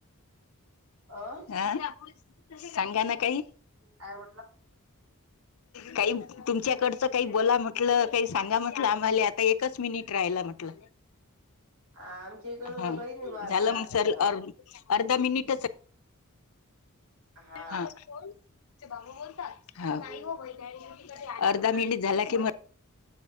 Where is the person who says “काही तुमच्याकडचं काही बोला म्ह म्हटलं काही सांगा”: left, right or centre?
Left